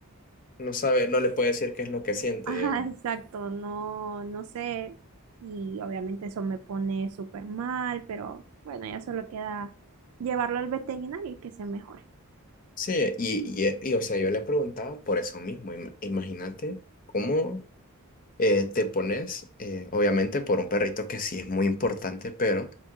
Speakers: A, on the left; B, on the right.
A: No sabe, no le puede decir qué es lo que siente,
B: <laughs> ajá,
A: digamos.
B: exacto, no, no sé. Y obviamente eso me pone súper mal, pero bueno, ya solo queda llevarlo al veterinario y que se mejore.
A: Sí, y, y, y, o sea, yo le preguntaba por eso mismo. Ima- Imagínate cómo eh, te pones, eh, obviamente por un perrito que sí es muy importante, pero